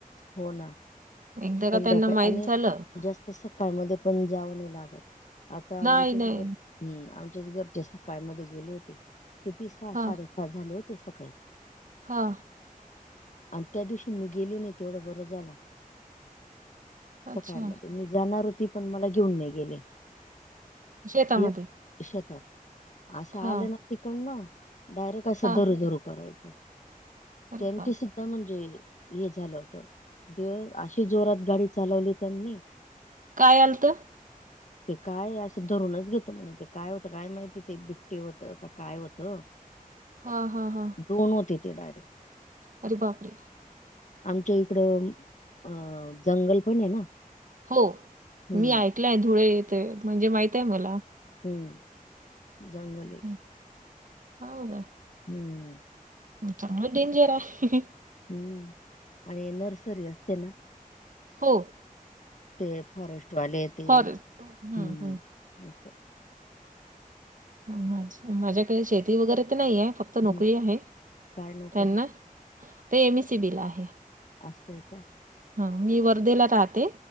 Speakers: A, on the left; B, on the right.
A: हो ना.
B: एकदा का
A: संध्याकाळी
B: त्यांना माहित
A: आणि
B: झालं
A: जास्त सकाळमध्ये पण जाऊ नाही लागत. आता
B: नाही
A: आमच्याच
B: नाही
A: घर. हम्म. आमच्याच घरचे सकाळमध्ये गेले होते ते तती स
B: हा
A: साडे झाल होते सगळे.
B: हा.
A: आणि त्या दिवशी मी गेली नाही तेवढं बरं झाला.
B: अच्छा
A: सकाळमध्ये. मी जाणार होती पण मला घेऊन नाही गेले.
B: शेतामध्ये
A: एक शेतात असं
B: हा
A: आलं नक् तिकडन, डायरेक्ट कसं
B: हा
A: दरु दरू करायचं.
B: अरे
A: त्यांची
B: बाप
A: सुद्धा म्हणजे हे झालं. <unintelligible> अशी जोरात गाडी चालवली त्यांनी
B: काय आलत?
A: <inaudible> ते काय असं धरूनच घेत म्हणे ते. काय होतं काय माहिती. ते बिबटी होतं का काय होतं <inaudible>
B: हा हा हा.
A: दोन होते ते डाय
B: अरे बापरे!
A: च्या इकडं अ जंगल पण आहे ना.
B: हो.
A: हम्म
B: मी ऐकलंय धुळे येथे म्हणजे माहित आहे मला.
A: हम्म. जंगल आहे.
B: हो का?
A: हम्म.
B: चांगलं डेंजर आहे.
A: हम्म. आणि नर्सरी असते ना.
B: हो.
A: ते फॉरेस्ट वाले ते
B: फॉरेस्ट हम्म
A: हम्
B: हम्म
A: अस.
B: माझ्याकडे शेती वगैरे तर नाही आहे. फक्त नोकरी
A: हम्म,
B: आहे.
A: काय नोकरी
B: त्यांना ते एम एस सी बी ला आहे.
A: असंय का?
B: हा. मी वर्धेला राहते.